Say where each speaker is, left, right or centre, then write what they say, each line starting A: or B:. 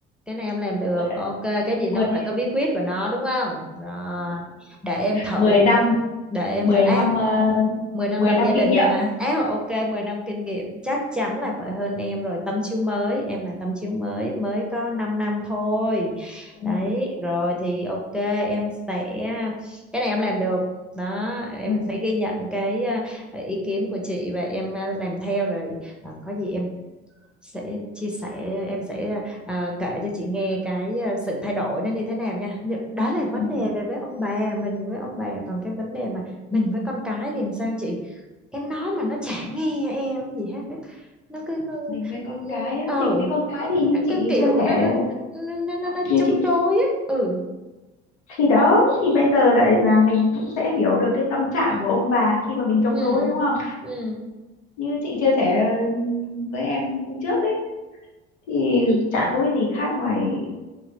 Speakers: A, in the centre; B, on the left.
A: Cái này em làm được,
B: mười <laughs>
A: ok, cái gì nó cũng phải
B: mười
A: có bí quyết của nó đúng không? Rồi, để em thử,
B: mười năm
A: để em
B: mười
A: thử. À,
B: năm ờ,
A: 10 năm
B: mười
A: lập
B: năm
A: gia đình
B: kinh nghiệm
A: rồi hả? Á ok, 10 năm kinh nghiệm chắc chắn là phải hơn em rồi, tấm chiếu mới, em là tấm chiếu mới, mới có 5 năm thôi.
B: ừ,
A: Đấy, rồi thì ok, em sẽ cái này em làm được. Đó, em
B: ừ,
A: sẽ ghi nhận cái à, ý kiến của chị và em à, làm theo rồi. À, có gì em sẽ chia sẻ, em sẽ à, kể cho chị nghe cái à, sự thay đổi nó như thế nào nha. Nhưng- Đó là
B: ừ.
A: vấn đề về với ông bà, mình với ông bà, còn cái vấn đề mà mình với con cái thì làm sao chị? em nói mà nó chả nghe em gì hết á nó cứ cứ-
B: mình với
A: ừ,
B: con
A: ừ,
B: cái á,
A: ờ
B: mình với con cái thì như
A: nó
B: chị
A: cứ kiểu
B: chia sẻ
A: nó nó nó nó, nó
B: như
A: chống
B: chị
A: đối á ừ
B: thì đó thì bây giờ lại là mình cũng sẽ hiểu được cái tâm trạng của ông bà khi mà mình chống
A: ừ
B: đối đúng không
A: ừ
B: như chị chia sẻ ừm, với em hôm trước ấy thì chả có cái gì khác ngoài